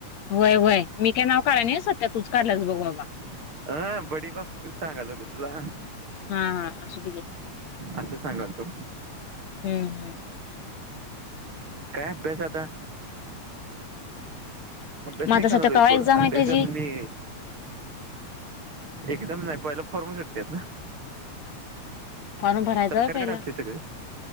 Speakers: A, on the left; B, on the right.
A: व्हय व्हय मी काय नाव काढाय नाही सध्या तूच काढलास बघ बाबा.
B: हा बडी बाप की सांगालोय गं तुला.
A: हा हा असुदे घे
B: असं सांगाल तो
A: हम्म हम्म.
B: काय अभ्यास आता. अभ्यास
A: मग
B: मी
A: आता
B: करालोय
A: सध्या कवा
B: सोड
A: एक्झाम
B: अभ्यासात
A: आहे त्याची
B: मी. एकदम नाही पहिला फॉर्म सुटत्यात ना.
A: फॉर्म भरायचा
B: सरकारकडे
A: व्हय पहिला
B: असतंय सगळ.